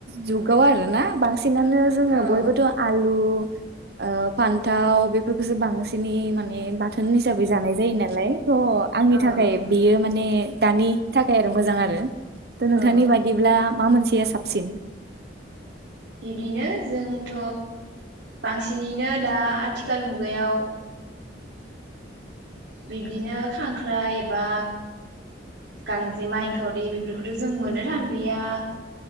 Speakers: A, on the right; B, on the right.
A: जुगाव आरोना बांसि बांसिनानो जोङो
B: औ
A: बयबोथ' आलु ओ फान्थाव बेफोरखौसो बांसिनै मान माने बाथोन हिसाबै जानाय जायो नालाय थ' आंनि
B: औ
A: थाखाय बेयो माने दानि थाखाय मोजां आरो नोंथांनि
B: औ
A: बायदिब्ला मा मोनसे थिया साबसिन
B: बिब्दिनो जोंथ' बांसिनैनो दा आथिखाल मुगायाव बिब्दिनो खांख्राइ एबा गांजेमा एनखावरि बेफोरखौथ' जों मोननो थांलिया